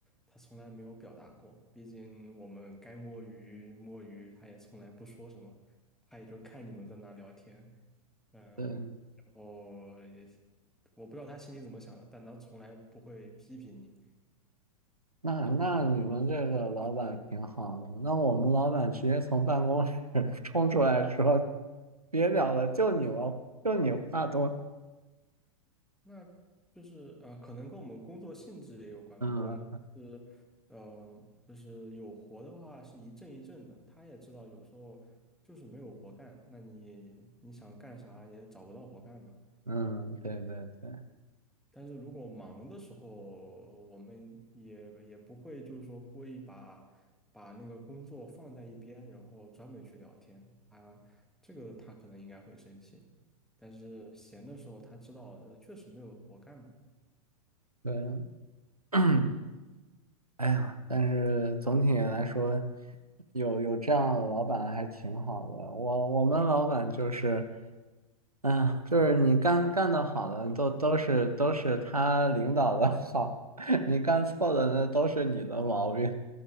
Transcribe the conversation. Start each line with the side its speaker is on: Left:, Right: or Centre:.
Centre: 他从来没有表达过。毕竟我们该摸鱼摸鱼，他也从来不说什么，他也就看你们在那聊天，嗯、
Right: 对。
Centre: 然后也我不知道他心里怎么想的，但他从来不会批评你，
Right: 那那你们这个老板挺好的，那我们老板直接从办公室 <laughs> 冲出来说，别聊了，就你们，就你话多。
Centre: 那就是呃，可能跟我们工作性质也有关吧。
Right: 嗯
Centre: 我们是呃，就是有活的话是一阵一阵的。他也知道有时候就是没有活干，那你你想干啥也找不到活干嘛。
Right: 嗯，对对对
Centre: 但是如果忙的时候，我们也也不会就是说故意把把那个工作放在一边，然后专门去聊天。他这个他可能应该会生气，但是闲的时候他知道呃确实没有活干嘛。
Right: 对，<clears throat> 哎呀，但是总体来说，有有这样的老板还挺好的。我我们老板就是，哎呀，就是你干干的好的都都是都是他领导的好，<laughs> 你干错的那都是你的毛病。